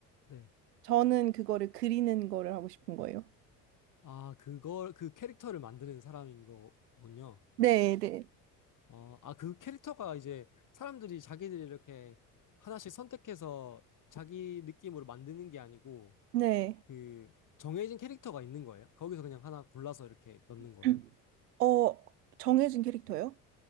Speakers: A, on the left (about 40°); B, on the right (about 75°).
A: 네.
B: 저는 그거를 그리는 거를 하고 싶은 거예요.
A: 아, 그걸, 그 캐릭터를 만드는 사람인 거군요.
B: 네, 네,
A: 어, 아, 그 캐릭터가 이제 사람들이 자기들이 이렇게 하나씩 선택해서 자기 느낌으로 만드는 게 아니고,
B: 네.
A: 그, 정해진 캐릭터가 있는 거예요? 거기서 그냥 하나 골라서 이렇게 넣는
B: <clears throat>
A: 거예요?
B: 어, 정해진 캐릭터요?